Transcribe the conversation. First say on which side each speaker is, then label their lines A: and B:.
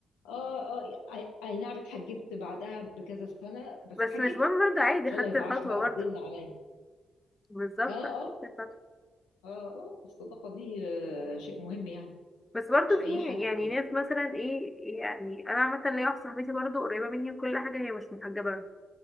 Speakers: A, on the left; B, on the left.
A: اه اه اي أي نعم اتحجبت بعدها بكذا سنه بس
B: بس
A: اتحجبت
B: مش مهم برضه عادي
A: فضلت
B: خدت الخطوه
A: عارفه بقى
B: برضه
A: تزن عليا
B: بالظبط
A: اه
B: خدت
A: اه
B: الخطوه
A: اه اه الصداقه دي آه، شيء مهم يعني
B: بس برضه
A: مش اي
B: في
A: حد
B: يعني ناس مثلا ايه يعني انا مثلا ليا واحده صاحبتي برضه قريبه مني وكل حاجه هي مش محجبه